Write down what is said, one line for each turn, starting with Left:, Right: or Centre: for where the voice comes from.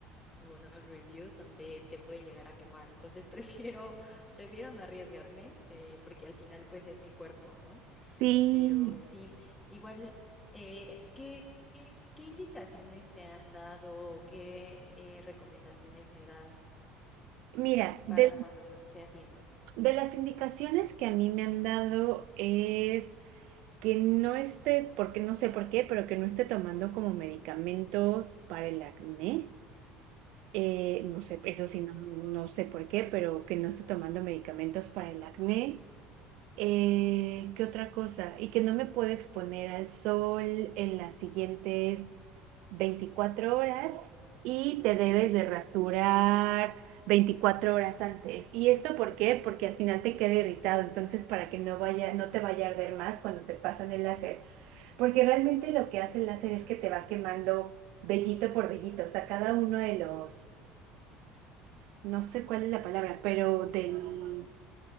Left: algunos reviews donde te puede llegar a quemar, entonces <laughs> prefiero, prefiero no arriesgarme, eh, porque al final pues es mi cuerpo, ¿no?
Right: Sí,
Left: Pero sí, igual, eh, ¿qué, qué, qué indicaciones te han dado o qué eh, recomendaciones me das
Right: Mira, de,
Left: para cuando me esté haciendo?
Right: de las indicaciones que a mí me han dado es que no esté, porque no sé por qué, pero que no esté tomando como medicamentos para el acné. Eh, no sé,
Left: Ok,
Right: eso sí, no, no sé por qué, pero que no esté tomando medicamentos para el acné. Eh, ¿qué otra cosa? Y que no me puedo exponer al sol en las siguientes 24 horas y te debes de rasurar 24 horas antes. ¿Y esto por qué? Porque al final te queda irritado, entonces para que no vaya, no te vaya a arder más cuando te pasan el láser, porque realmente lo que hace el láser es que te va quemando vellito por vellito, o sea, cada uno de los, no sé cuál es la palabra, pero del,